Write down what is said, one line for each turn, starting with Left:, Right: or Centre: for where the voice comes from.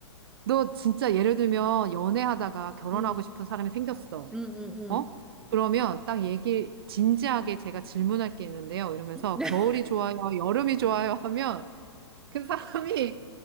Right: 너 진짜 예를 들면 연애하다가 결혼하고
Centre: 응,
Right: 싶은 사람이 생겼어.
Centre: 응, 응,
Right: 어? 그러면 딱 얘기, 진지하게 제가 질문할 게 있는데요. 이러면서
Centre: 응. <laughs>
Right: 겨울이 좋아요, 여름이 좋아요 하면 그 사람이